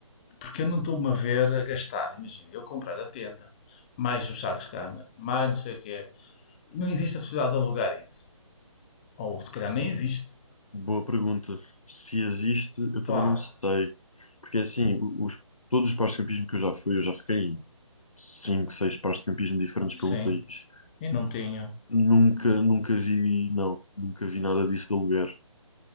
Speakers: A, on the left; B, on the left.
A: porque eu não estou-me a ver a gastar. Imagina, eu comprar a tenda, mais os sacos de cama, mais não sei o que é. Não existe a possibilidade de alugar isso. Ou se calhar nem existe.
B: Boa pergunta. Se existe, eu também
A: Pá,
B: não sei. Porque assim, o- os, todos os pares de campismo que eu já fui, eu já fiquei em 5, 6 pares de campismo diferentes
A: sim,
B: pelo país.
A: eu não tenho.
B: Nunca, nunca vi, não, nunca vi nada disso de aluguer.